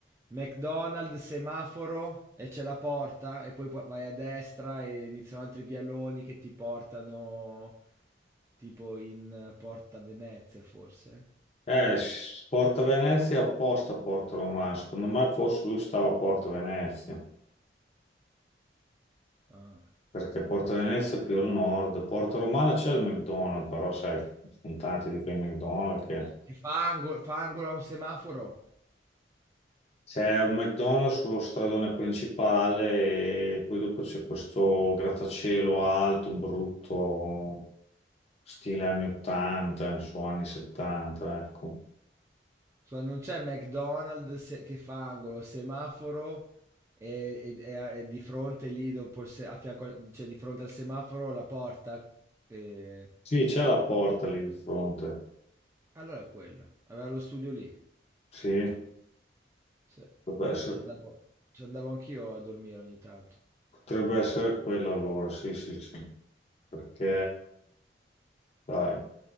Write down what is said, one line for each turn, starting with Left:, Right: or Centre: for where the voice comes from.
Right: McDonald's, semaforo e c'è la porta e poi pu- vai a destra e iniziano altri vialoni che ti portano tipo in eh, Porta Venezia forse.
Left: Eh, s- Porta Venezia è opposta a Porto Romano. Secondo me forse lui stava a Porto Venezia,
Right: Ah.
Left: perché Porto Venezia è più al nord. Porto Romano c'è il McDonald's, però sai, ci sono tanti di quei McDonald's che
Right: Che fa angolo, fa angolo a un semaforo.
Left: C'è un McDonald's sullo stradone principale e poi dopo c'è questo grattacielo alto, brutto, stile anni 80, insomma anni 70, ecco.
Right: Cioè, non c'è McDonald's se- che fa angolo, semaforo e, e- e- e di fronte lì dopo il se- a fianco, al- cioè di fronte al semaforo la porta. e-
Left: Sì, c'è la porta lì di fronte.
Right: Allora è quella. Aveva lo studio lì.
Left: Sì,
Right: Sì,
Left: potrebbe essere,
Right: ci andavo ci andavo anch'io a dormire ogni tanto.
Left: potrebbe essere quella allora, sì, sì, sì. Perché, dai,